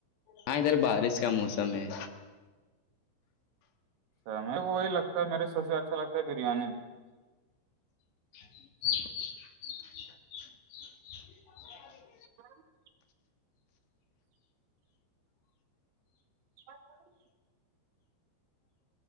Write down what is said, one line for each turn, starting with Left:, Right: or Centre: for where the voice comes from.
Left: ہاں ادھر بارش کا موسم ہے
Right: اچھا میں وہی لگتا ہے میرے سب اچھا لگتا ہے بریانی
Left: <inaudible>
Right: ہاں <inaudible> <inaudible>